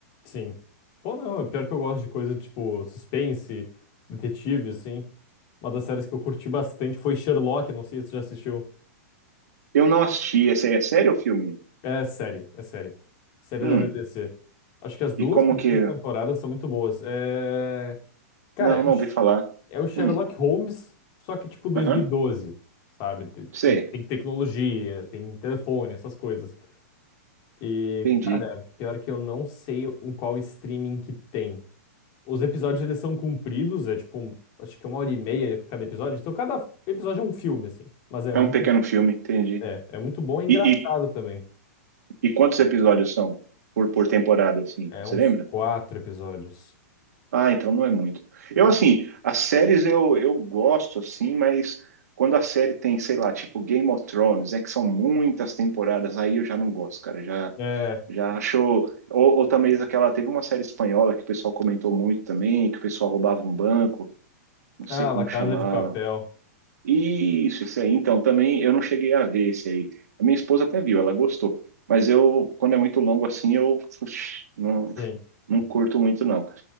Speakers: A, on the left (about 40°); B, on the right (about 75°).
A: sim. Pô, não, é pior que eu gosto de coisa tipo suspense, detetive, assim. Uma das séries que eu curti bastante foi Sherlock, não sei se você já assistiu.
B: Eu não assisti. Esse aí é sério o filme?
A: É série, é série. Série
B: Hum.
A: da BBC. Acho que as duas
B: E como
A: primeiras
B: que.
A: temporadas são muito boas. É... Cara,
B: Não,
A: é
B: não
A: o, Sh-
B: ouvi falar.
A: é o Sherlock
B: Hum.
A: Holmes, só que tipo 2012,
B: Aham.
A: sabe? Tem
B: Sei.
A: tem tecnologia, tem telefone, essas coisas. E,
B: Entendi.
A: cara, pior que eu não sei em qual streaming que tem. Os episódios eles são compridos, é tipo, um- acho que é uma hora e meia cada episódio. Então cada episódio é um filme, assim. Mas é
B: É
A: muito,
B: um pequeno filme, entendi.
A: é, é muito bom e engraçado
B: E, e,
A: também.
B: e quantos episódios são por, por temporada, assim?
A: É
B: Você
A: uns
B: lembra?
A: quatro episódios.
B: Ah, então não é muito. Eu, assim, as séries eu, eu gosto, assim, mas quando a série tem, sei lá, tipo Game of Thrones, né, que são muitas temporadas, aí eu já não gosto, cara, já,
A: É.
B: já achou... Ou, ou também aquela, teve uma série espanhola que o pessoal comentou muito também, que o pessoal roubava um banco, não sei
A: Ah,
B: como
A: La Casa
B: chamava.
A: de Papel.
B: Isso, isso aí. Então, também eu não cheguei a ver esse aí. A minha esposa até viu, ela gostou. Mas eu, quando é muito longo assim, eu puxa, não,
A: Sim,
B: não curto muito, não.